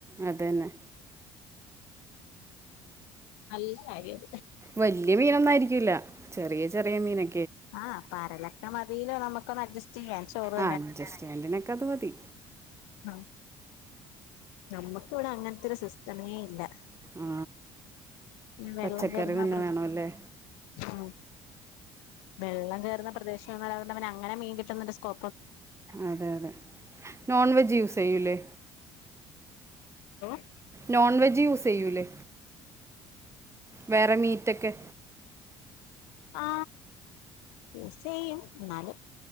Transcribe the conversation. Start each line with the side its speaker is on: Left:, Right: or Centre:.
Right: അതന്നെ
Left: നല്ല കാര്യം
Right: വല്യ മീനൊന്നും ആയിരിക്കൂലാ ചെറിയ ചെറിയ മീനെ
Left: ആ പരൽ ഒക്കെ മതിലോ നമുക്ക് ഒന്ന് അട്ജെസ്റ്റ് ചെയ്യാൻ ചോറ്
Right: അ അജസ്റ്റ്മെന്റിനൊക്കെ അത് മതി
Left: അ നമ്മക്കിവിടെ അങ്ങനത്തെരു സിസ്റ്റമേ ഇല്ല <inaudible>
Right: ആ
Left: ഉമ് വെള്ളം
Right: പച്ചക്കറി
Left: കേറ്ന്ന
Right: തന്നെ
Left: പ്രദേ
Right: വേണമല്ലേ
Left: ആ വെള്ളം കേറ്ന്ന പ്രദേശങ്ങളായോണ്ടവന ങ്ങനെ മീൻ കിട്ടുന്നൊരു സ്‌കോ
Right: അതെ അതെ നോൺവെ ജ് യൂസെയ്യൂല്ലേ
Left: <unintelligible>
Right: നോൺ വെജ് യൂസ് ചെയ്യൂല്ലേ വേറെ മീറ്റക്കെ
Left: ആ യൂസ് ചെയ്യും എന്നാലും